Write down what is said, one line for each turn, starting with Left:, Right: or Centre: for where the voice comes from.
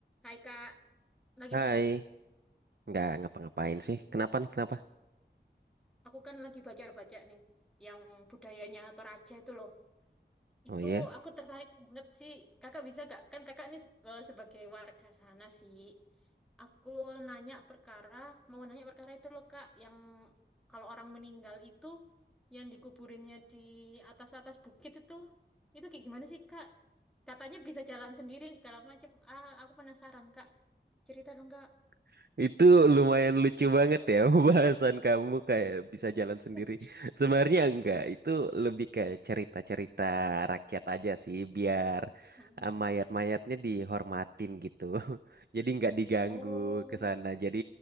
Centre: Hai Kak, lagi
Right: Hai,
Centre: sibuk.
Right: nggak ngapa-ngapain sih. Kenapa nih? Kenapa?
Centre: Aku kan lagi baca-baca nih, yang budayanya Toraja itu loh. Itu
Right: Oh iya,
Centre: aku tertarik banget sih. Kakak bisa gak? Kan kakak nih eh, sebagai warga sana sih. Aku nanya perkara, mau nanya perkara itu loh Kak, yang kalau orang meninggal itu, yang dikuburinnya di atas-atas bukit itu, itu kayak gimana sih Kak? Katanya bisa jalan sendiri segala macam. Ah, aku penasaran Kak. Cerita dong Kak.
Right: <laughs> itu lumayan lucu banget ya <laughs> bahasan kamu kayak bisa jalan sendiri.
Centre: <laughs>
Right: Sebenarnya enggak, itu lebih kayak cerita-cerita rakyat aja sih, biar
Centre: Hmm.
Right: eh, mayat-mayatnya dihormatin gitu. <laughs> Jadi nggak diganggu
Centre: Oh.
Right: ke sana. Jadi